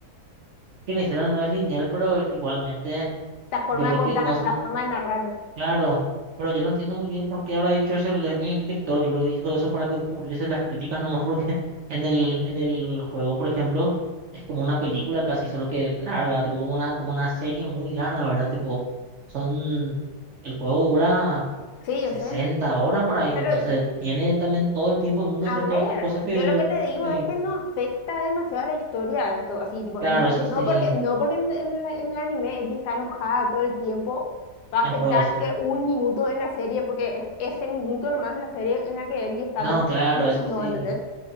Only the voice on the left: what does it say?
la forma
de
contar,
la forma de narrar.
Sí,
yo sé.
Pero,
a
ver,
yo lo que te digo
es que no afecta demasiado a la historia esto, así, tipo,
n-
no
porque, no porque en, en la- en el anime Eri está enojada todo el tiempo, va a
afectar
que un minuto en la serie, porque es ese minuto nomás en la serie en la que Eri está
como
emocionado,
¿entendés?